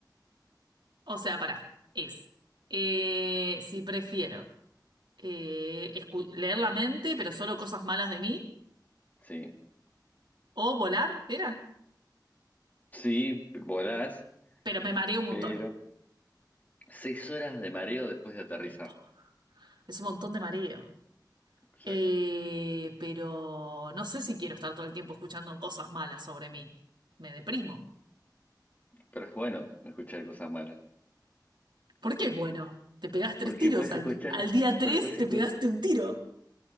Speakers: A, on the right; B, on the left.
A: O sea, pará, es. eh, si prefiero eh, escu- leer la mente, pero solo cosas malas de mí,
B: Sí.
A: o volar, era.
B: Sí, volás,
A: Pero me mareo un montón.
B: pero seis horas de mareo después de aterrizar.
A: Un montón. Es un montón de mareo.
B: Exacto.
A: Eh, pero no sé si quiero estar todo el tiempo escuchando cosas malas sobre mí. Me deprimo.
B: Pero es bueno escuchar cosas malas.
A: ¿Por qué es bueno? Te pegás tres
B: Porque
A: tiros.
B: puedes
A: Al,
B: escuchar,
A: al día tres
B: porque puedes
A: te
B: escu-
A: pegaste un tiro.